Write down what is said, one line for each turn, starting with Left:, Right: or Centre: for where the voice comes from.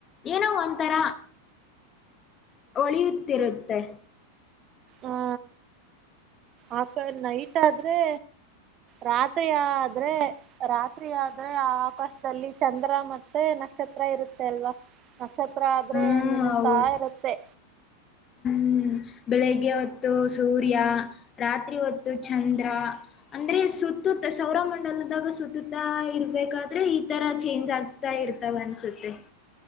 Left: ಏನೋ ಒಂಥರ ಒಳಿಯುತ್ತಿರುತ್ತೆ.
Right: ಹಾ ಆಕೊದ್ ನೈಟ್ ಆದ್ರೆ ರಾತ್ರಿ ಆದ್ರೆ ರಾತ್ರಿ ಆದ್ರೆ ಆ ಆಕಾಶದಲ್ಲಿ ಚಂದ್ರ ಮತ್ತೆ ನಕ್ಷತ್ರ ಇರುತ್ತೆ ಅಲ್ವಾ. ನಕ್ಷತ್ರ ಆದ್ರೆ
Left: ಹ್ಮ್
Right: ಮಿನುಗ್ತಾ
Left: ಹೌದು
Right: ಇರತ್ತೆ.
Left: ಹ್ಮ್ ಬೆಳಿಗ್ಗೆ ಹೊತ್ತು ಸೂರ್ಯ ರಾತ್ರಿ ಹೊತ್ತು ಚಂದ್ರ ಅಂದ್ರೆ ಸುತ್ತುತ್ತ ಸೌರ ಮಂಡಲದಾಗ ಸುತ್ತುತ್ತ ಇರ್ಬೇಕಾದ್ರೆ ಈ ತರ ಚೇಂಜ್ ಆಗ್ <unintelligible> ಇರ್ತಾವ ಅನ್ಸುತ್ತೆ.